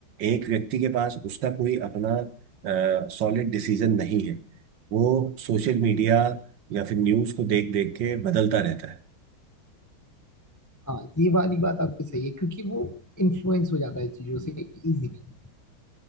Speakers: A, on the right; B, on the left.
A: एक व्यक्ति के पास उसका कोई अपना सॉलिड डिसीजन नहीं है वो सोशल मीडिया या फिर न्यूज़ को देख देख के बदलता रहता है
B: हाँ ये वाली बात आपकी सही है क्योंकि वो इन्फ्लुएंस हो जाता है चीजों से इजीली